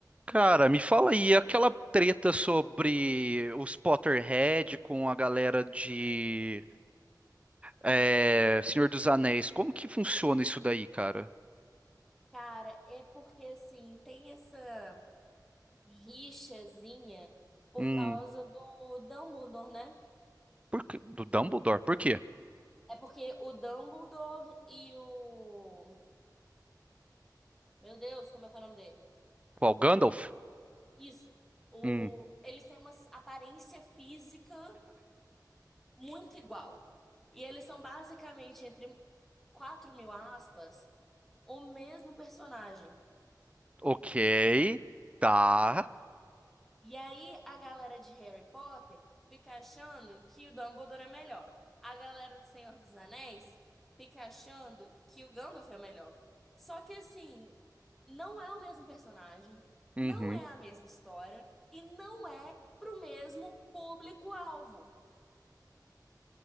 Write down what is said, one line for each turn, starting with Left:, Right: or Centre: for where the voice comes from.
Right: Cara, me fala aí, aquela treta sobre os Potterhead com a galera de eh, Senhor dos Anéis, como que funciona isso daí, cara?
Centre: Cara, é porque assim, tem essa rixazinha por
Right: Hum,
Centre: causa do Dumbledore, né?
Right: por que- do Dumbledore, por quê?
Centre: É porque o Dumbledore e o. Meu Deus, como é que é o nome dele?
Right: Qual Gandalf?
Centre: Isso. O...
Right: Hum,
Centre: Eles têm uma aparência física muito igual. E eles são basicamente, entre quatro mil aspas, o mesmo personagem.
Right: ok, tá,
Centre: E aí a galera de Harry Potter fica achando que o Dumbledore é melhor. A galera do Senhor dos Anéis fica achando que o Gandalf é melhor. Só que assim, não é o mesmo personagem,
Right: uhum,
Centre: não é a mesma história e não é pro mesmo público-alvo.